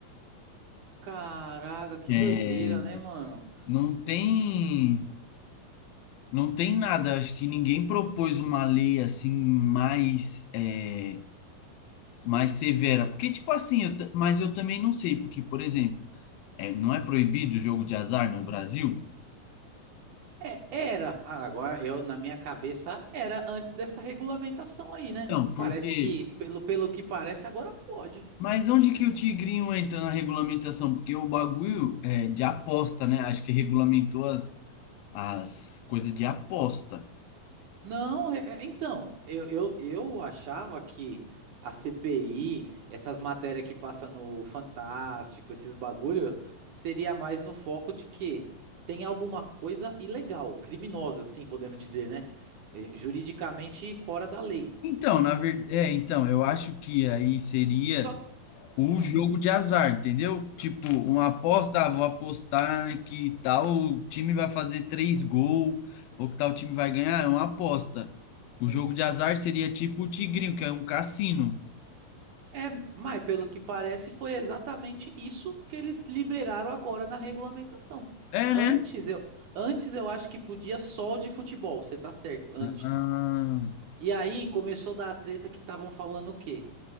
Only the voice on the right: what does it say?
Caraca, que
doideira, né, mano?
É, era. Ah, agora eu na minha cabeça era antes dessa regulamentação aí, né?
Parece que, pelo, pelo que parece, agora pode.
Não, é- é- então, eu, eu, eu achava que a CPI, essas matérias que passa no Fantástico, esses bagulho, seria mais no foco de que tem alguma coisa ilegal, criminosa, assim, podemos dizer, né? Eh, Juridicamente fora da lei.
Só,
hum,
é, mas pelo que parece, foi exatamente isso que eles liberaram agora na regulamentação.
Antes
eu, antes eu acho que podia só o de futebol, você tá certo, antes.
E aí começou a dar a treta que estavam falando o quê?